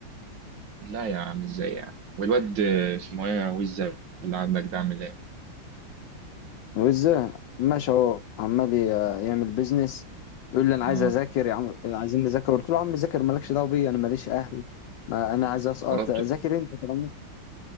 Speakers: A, on the right; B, on the left.
A: لا يا عم ازاي يعني والواد اسمه ايه وزة اللي عندك ده عامل ايه
B: وازاي ماشي اهو عمال ي- يعمل بيزنس يقول لي انا
A: اه
B: عايز اذاكر يا عم عايزين نذاكر قلت له يا عم ذاكر مالكش دعوه بيا انا ماليش اهل ما انا عايز اسقط
A: خربت
B: ذاكر انت طالما